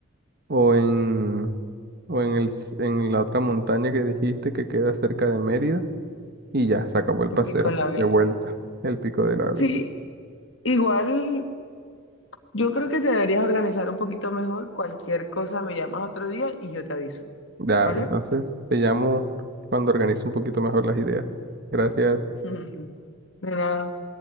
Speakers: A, on the right (about 50°); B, on the left (about 65°).
A: o en, o en el, s- en la otra montaña que dijiste que queda cerca de Mérida y ya, se acabó el
B: Me
A: paseo,
B: picó la vela.
A: de vuelta, el Pico del Ávila.
B: Sí, igual Yo creo que te deberías organizar un poquito mejor. Cualquier cosa me llamas otro día y yo te aviso,
A: Dale,
B: ¿vale?
A: entonces te llamo cuando organice un poquito mejor las ideas. Gracias.
B: <laughs> De nada.